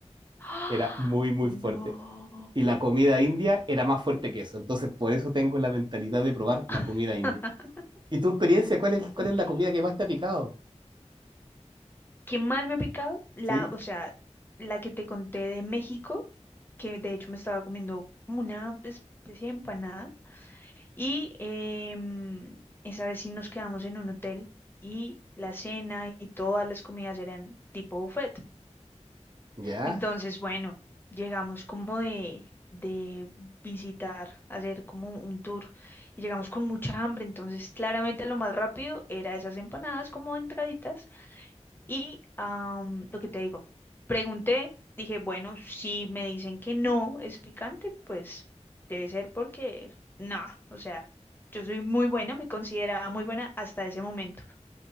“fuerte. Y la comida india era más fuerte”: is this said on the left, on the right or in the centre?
Right